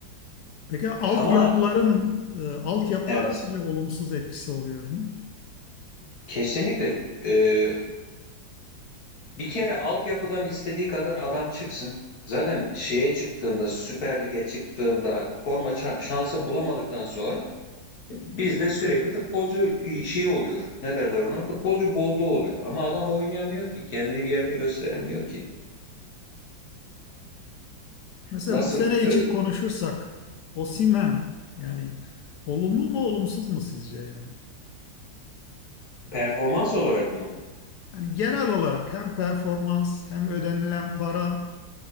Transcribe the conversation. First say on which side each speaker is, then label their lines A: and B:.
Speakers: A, on the left (about 70°); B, on the left (about 55°).
A: Peki altyapıların,
B: Ama
A: e, altyapılara
B: evet
A: sizce olumsuz etkisi oluyor mu?
B: kesinlikle e, bir kere altyapıdan istediği kadar adam çıksın. Zaten şeye çıktığında Süper Lig'e çıktığında forma ça- şansı bulamadıktan sonra Bizde sürekli futbolcu e, şeyi oluyor. Ne derler ona? Futbolcu bolluğu oluyor. Ama adam oynayamıyor ki. Kendini bir yerde gösteremiyor ki.
A: Mesela
B: Nasıl?
A: bu sene için
B: e,
A: konuşursak Osimhen yani olumlu mu olumsuz mu sizce yani?
B: performans olarak mı?
A: Yani genel olarak hem performans hem ödenilen para